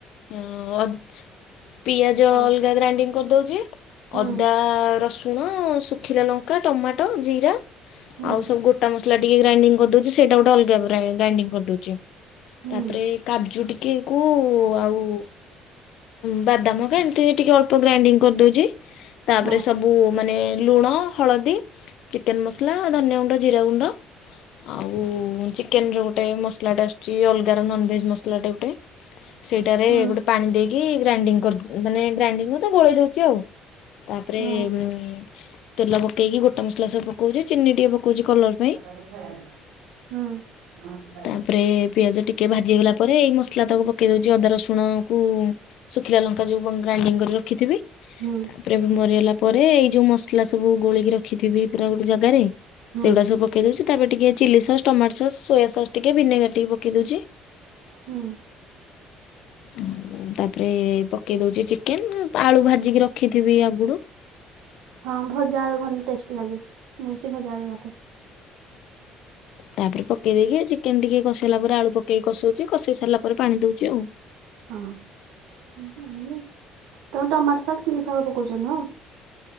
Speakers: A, on the left (about 75°); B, on the right (about 85°).
A: ଅଁ ଅଦ ପିଆଜ
B: ହଁ
A: ଅଲଗା ଗ୍ରାଇଣ୍ଡିଙ୍ଗ କରିଦଉଚି
B: ହୁଁ
A: ଅଦା ରସୁ ସୁଣ ଶୁିଖିଲା ଲଙ୍କା ଟମାଟ ଜିରା
B: ହୁଁ
A: ଆଉୁ ସବୁ ଗୋଟ ମସଲା। ଟିକେ ଗ୍ରାଇଣ୍ଡିଙ୍ଗ ‌କରି ଦଉଛି ସେଇଟା ଗୋଟେ ଅଲଗା ଗ୍ରା ଗ୍ରାଇଣ୍ଡିଙ୍ଗ କରିଦଉଛି
B: ହୁଁ
A: ତାପରେ। କାଜୁ ଟିକେକୁ ଆଉ। ବାଦାମ କା ଏମିତି ଟିକେ ଅଳ୍ପ ଗ୍ରାଇଣ୍ଡିଙ୍ଗ କରିଦଉଛି ତାପରେ
B: ହଁ
A: ସବୁ। ସବୁ ମାନେ ଲୁଣ ହଳଦୀ ଚିକେନ ମସଲା ଧନିଆ ଗୁଣ୍ଡ ଜିରା ଗୁଣ୍ଡ। ଆଉ ଚିକେନର ଗୋଟେ ମସଲାଟା ଆସୁଛି ଅଲଗାର ନନଭେଜ୍ ମସଲାଟେ ଗୋଟେ। ସେଇଟାରେ
B: ହୁଁ।
A: ଗୋଟେ ପାଣି ଦେଇକି ଗ୍ରାଇଣ୍ଡିଙ୍ଗ କରି ମାନେ ଗ୍ରାଇଣ୍ଡିଙ୍ଗ ନୁହେଁ ତ ଗୋଳେଇ ଦଉଛି ଆଉ। ତାପରେ
B: ହଁ
A: ଉଁ। ତେଲ ପକେଇକି ଗୋଟା ମସଲା ସବୁ ପକଉଛି ଚିନି ଟିକେ ପକଉଛି କଲର ପାଇଁ।
B: ହୁଁ। <unintelligible>
A: ତାପରେ ପିଆଜ ଟିକେ ଭାଜି ହେଇଗଲା ପରେ ଏଇ ମସଲା ତକ ପକେଇ ଦଉଛି ଅଦା ରସୁଣକୁ। ଶୁଖିଲା ଲଙ୍କା ଯୋଉ ବ ଗ୍ରାଇଣ୍ଡିଙ୍ଗ କରି ରଖିଥିବି।
B: ହୁଁ
A: ତାପରେ ମରିଗଲା ପରେ ଏଇ ଯୋଉ ମସଲା ସବୁ ଗୋଳେଇକି ରଖିଥିବି ପୁରା ଗୋଟେ ଜାଗାରେ
B: ହୁଁ
A: ସେଗୁଡା ସବୁ ପକେ ପକେଇ ଦଉଛି ତାପରେ ଟିକେ chilli sauce tomato sauce soya sauce ଟିକେ ଭିନେଗାର ଟିକେ ପକେଇ ଦଉଛି।
B: ହଁ।
A: ଆଉ ତାପରେ ପକେଇ ଦଉଛି ଚିକେନ ଆଳୁ ଭାଜିକି ରଖିଥିବି ଆଗୁରୁ।
B: ହଁ ଭଜା ଆଳୁ ଭଲ ଟେଷ୍ଟି ଲାଗେ। ମୁଁ ସେ ଭଜା ଆଳୁ ରଖେ।
A: ତାପରେ ପକେଇ ଦେଇକି ଚିକେନ ଟିକେ କଷେଇଲା ପରେ ଆଳୁ ପକେଇକି କସଉଛି କଷେଇ ସାରିଲା ପରେ ପାଣି ଦଉଛି ଆଉ।
B: ହଁ ସବୁ ଇଏ ତମେ ଟମାଟ ସସ୍ ଚିଲି ସସ୍ ପକଉଛ ନୁଅ।